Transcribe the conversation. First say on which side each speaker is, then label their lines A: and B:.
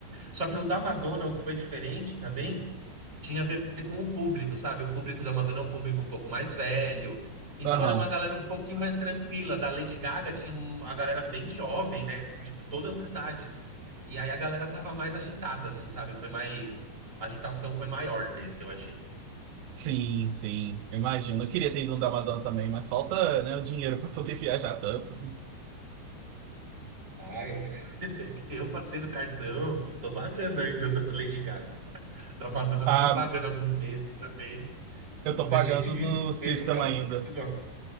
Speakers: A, on the right; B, on the right.
A: Só que o da Madonna, o que foi diferente também, tinha a ver com o público, sabe? O público da Madonna é um público um pouco mais velho. Então
B: Aham.
A: era uma galera um pouquinho mais tranquila. Da Lady Gaga tinha um- a galera bem jovem, né? Tipo, todas as idades. E aí a galera tava mais agitada, assim, sabe? Foi mais. A agitação foi maior desse, eu achei. <laughs>
B: Sim, sim. Eu Imagino. Eu queria ter ido no da Madonna também, mas falta, né, o dinheiro para poder <laughs> viajar tanto.
A: Ah, eu... Eu passei no cartão, tô pagando ainda da Lady Gaga. Da Madonna, eu
B: Ah,
A: fiquei pagando alguns meses também.
B: eu
A: Não
B: tô
A: deixei
B: pagando
A: de viver
B: do System
A: por causa
B: ainda.
A: disso, não.